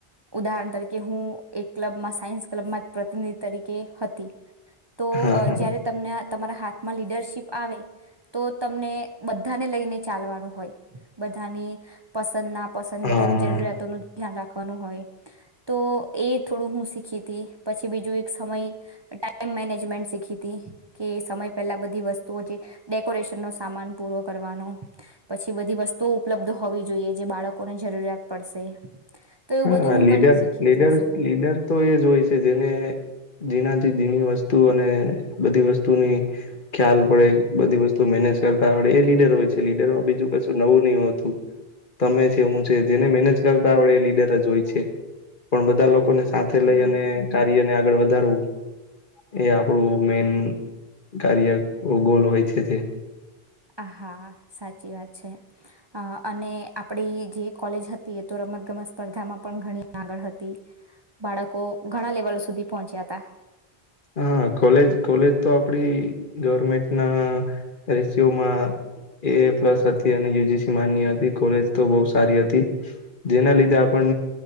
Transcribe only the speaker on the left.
હા હા
હા
હાા
લીડર,
લીડર,
લીડર. તો એ જ હોય છે, જેને જીણાથી જીની વસ્તુ અને બધી વસ્તુની ખ્યાલ પડે બધી વસ્તુ મેનેજ તા એ લીડર હોય છે. લીડરમાં બીજું કશું નવું નહ હોતુ તમે છે, હુ છે, જેને મેનેજ કરતા હોડ એ લીડર જ હોય છે. પણ બધા લોકોને સાથે લઈ, અને કાર્યને આગળ વધારવુ એ આપણું મેન કાર્ય ગોલ હોય છે, જે
હા, કોલેજ કોલેજ તો આપડી ગવર્મેન્ટના રેશિયોમા એ એ પ્લસ હતી, અને યુજીસી માન્ય હતી કોલેજ તો બહુ સારી હતી. જેના લીધે આપ